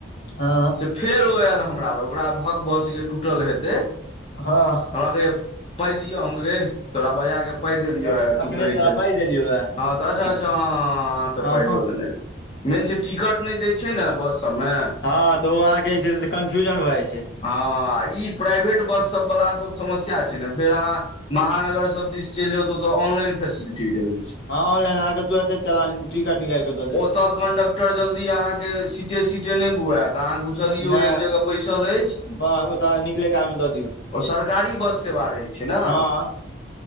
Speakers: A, on the left; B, on the left.
A: हँ
B: तऽ फेर ओ आयल हमरा लग ओकरा भक भसके टूटल हेतै
A: हँ
B: हमरा कहेए पाइ दियौ हम कहलिए रे तोरा बजााक पाइ देलियौ
A: एखने
B: तू कहै
A: तऽ
B: छ
A: पाइ देलियौ हे
B: हँ त अच्छा अच्छा ह त
A: हँ
B: पाइ देने मेन छै टिकट नहि द छै ने बस सबमे
A: हँ तऽ ओ अहाँके जे छै कन्फ्यूजन भऽ जाइ छै
B: हँ ई प्राइवेट बस सब वला सब समस्या छै ने फेर अहाँ महानगर सब दिस चलि जाउ तऽ ओतऽ ऑनलाइन फेसिलिटी रहेय छै
A: हँ ऑनलाइन अहाँके तुरत चलान टिकट निकालिकऽ दऽ देत
B: <unintelligible> कन्डटर जल्दी अहाँ के सीटे सीटे नय बुएत अहाँ घु बैसलो
A: नहि
B: एक जगह बैसल अछि <inaudible>
A: बस ओतय निकलै कालमे दऽ दियौ
B: ओ सरकारी बस सेवा रहै छै न
A: हँ